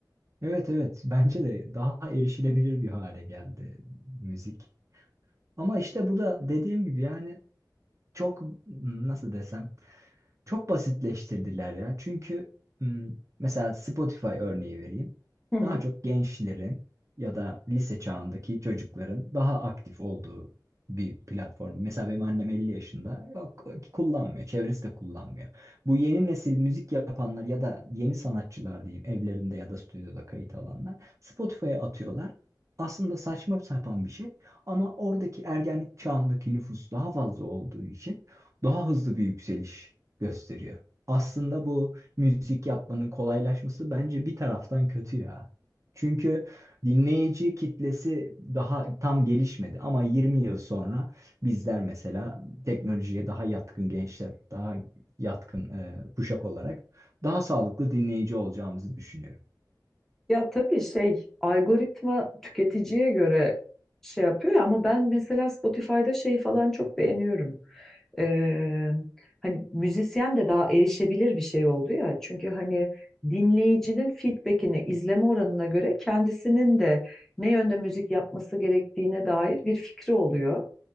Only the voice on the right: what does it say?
Evet evet bence de daha erişilebilir bir hale geldi müzik. Ama işte bu da dediğim gibi yani çok nasıl desem çok basitleştirdiler ya. Çünkü m, mesela Spotify örneği vereyim.
Daha çok gençlerin ya da lise çağındaki çocukların daha aktif olduğu bir platform. Mesela benim annem 50 yaşında. Yok, kullanmıyor. Çevresi de kullanmıyor. Bu yeni nesil müzik yapanlar ya da yeni sanatçılar diyeyim evlerinde ya da stüdyoda kayıt alanlar Spotify'a atıyorlar. Aslında saçma sapan bir şey ama oradaki ergenlik çağındaki nüfus daha fazla olduğu için daha hızlı bir yükseliş gösteriyor. Aslında bu müzik yapmanın kolaylaşması bence bir taraftan kötü ya. Çünkü dinleyici kitlesi daha tam gelişmedi ama 20 yıl sonra bizler mesela teknolojiye daha yatkın gençler, daha yatkın e, kuşak olarak daha sağlıklı dinleyici olacağımızı düşünüyorum.